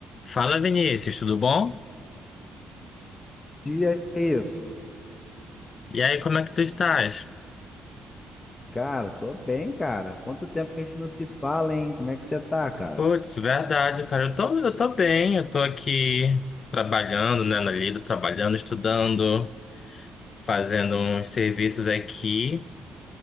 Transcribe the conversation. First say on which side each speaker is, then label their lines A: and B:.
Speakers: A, on the left (about 45°); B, on the left (about 25°).
A: Fala Vinícius, tudo bom?
B: dia, Ivo.
A: E aí, como é que tu estás?
B: Cara, tô bem, cara. Quanto tempo que a gente não se fala, hein? Como é que você tá, cara?
A: Putz, verdade, cara, eu tô, eu tô bem, eu tô aqui trabalhando, né, na lida, trabalhando, estudando, fazendo uns serviços aqui.